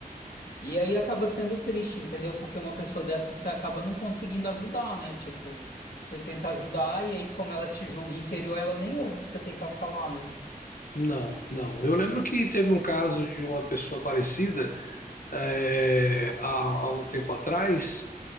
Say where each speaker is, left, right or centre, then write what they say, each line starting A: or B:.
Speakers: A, on the left; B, on the left.
A: E aí acaba sendo triste, entendeu? Porque uma pessoa dessa você acaba não conseguindo ajudar, né? Tipo, você tenta ajudar e aí como ela te julga inferior, ela nem ouve o que você tem para falar, né?
B: Não, não. Eu lembro que teve um caso de uma pessoa parecida é, há, há um tempo atrás,